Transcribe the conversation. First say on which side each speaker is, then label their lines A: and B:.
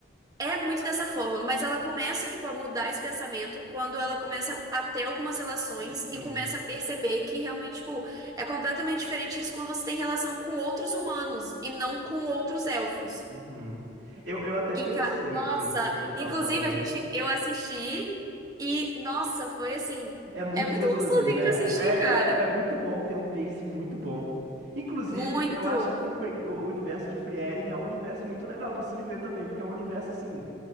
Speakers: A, on the right (about 20°); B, on the right (about 55°).
A: É muito dessa forma, mas ela começa, tipo, a mudar esse pensamento quando ela começa a ter algumas relações
B: Sim.
A: e começa a perceber que realmente, tipo, é completamente diferente isso quando você tem relação com outros humanos e não com outros elfos.
B: Uhum. Eu, eu até
A: E,
B: pensei
A: ca- nossa,
B: nisso enquanto eu
A: inclusive
B: tava falando.
A: a gente, eu assisti e, nossa, foi assim,
B: É muito
A: é muito
B: gostosinho,
A: gostosinho
B: né?
A: de assistir,
B: É,
A: cara.
B: é é muito bom, tem um pace muito bom. Inclusive,
A: Muito.
B: eu acho que o, Free- o universo de Frieren é um universo muito legal pra se viver também, porque é um universo assim,